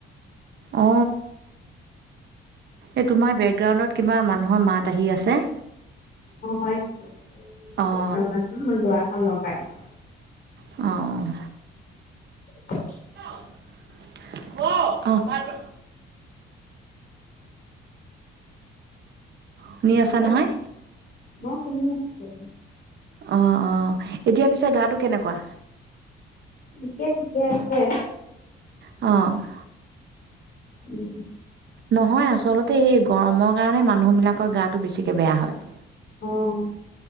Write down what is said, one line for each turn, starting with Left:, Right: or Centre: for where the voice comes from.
Right: অ', এই তোমাৰ বেকগ্ৰাউণ্ডত কিবা মানুহৰ মাত আহি আছে!
Left: অ', হয় নেকি?
Right: অঁ
Left: ৰ'বাচোন মই দৰাখন লগাই লওঁ।
Right: অ'।
Left: <inaudible>
Right: <inaudible>
Left: <inaudible>
Right: শুনি
Left: হেল্ল'!
Right: আছা নহয়
Left: অ', শুনি আছোঁ।
Right: অ', অ', এতিয়া পিছে গাটো কেনেকুৱা?
Left: এতিয়া ঠিকে আছে।
Right: অ'।
Left: উম।
Right: নহয়, আচলতে এই গৰমৰ কাৰণে মানুহ বিলাকৰ গাটো বেছিকে বেয়া হয়।
Left: অ'।